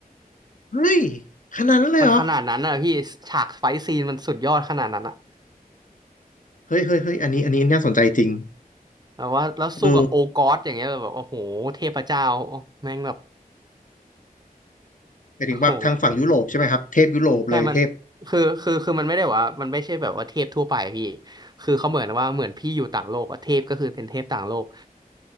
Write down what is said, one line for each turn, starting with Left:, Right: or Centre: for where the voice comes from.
Left: เฮ้ยขนาดนั้นเลยเหรอ
Right: มันขนาดนั้นอ่ะพี่ฉากไฟท์ซีนมันสุดยอดขนาดนั้นอะ
Left: เฮ้ยเฮ้ยเฮ้ยอันนี้อันนี้น่าสนใจจริง
Right: แบบว่าแล้วสู้กับโอกอสอย่างเงี้ยแบบโอ้โหเทพเจ้า
Left: เออ
Right: แม่งแบบ
Left: หมายถึงว่าทางฝั่งยุโรปใช่ไหมครับเทพยุโรปเลยเทพ
Right: โอ้โห ใช่มันคือคือคือมันไม่ได้ว่ามันไม่ใช่แบบว่าเทพทั่วไปอะพี่คือเขาเหมือนว่าเหมือนพี่อยู่ต่างโลกอะเทพก็คือเป็นเทพต่างโลก